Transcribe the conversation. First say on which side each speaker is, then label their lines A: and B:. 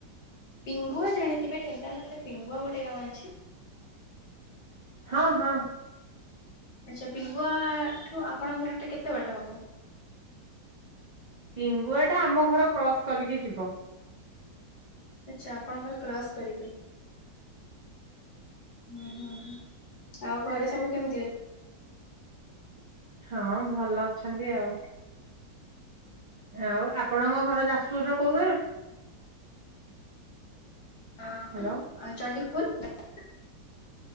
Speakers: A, on the left; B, on the right.
A: ପିଙ୍ଗୁଆ ଜାଣିଥିବେ ଢେଙ୍କାନାଳରେ ପିଙ୍ଗୁଆ ଗୋଟେ ଗାଁ ଅଛି?
B: ହଁ ହଁ।
A: ଆଚ୍ଛା ପିଙ୍ଗୁଆଠୁ ଆପଣଙ୍କ ଘରଟା କେତେ ବାଟ ହବ?
B: ପିଙ୍ଗୁଆଟା ଆମ ଘର କ୍ରସ୍ କରିକି ଯିବ।
A: ଆଛା ଆପଣଙ୍କ ଘର କ୍ରସ୍ କରିବେ। ହୁଁ ହୁଁ ହୁଁ ଆଉ ଘରେ ସବୁ କେମତି ଅଛ
B: ହଁ ଭଲ ଅଛନ୍ତି ଆଉ। ଆଉ ଆପଣଙ୍କ ଘର ଯାଜପୁରର କୋଉ ଗାଁ?
A: ଅଁ
B: ହ୍ୟାଲୋ
A: ଆ-ଚଣ୍ଡିଖୋଲ ଚଣ୍ଡି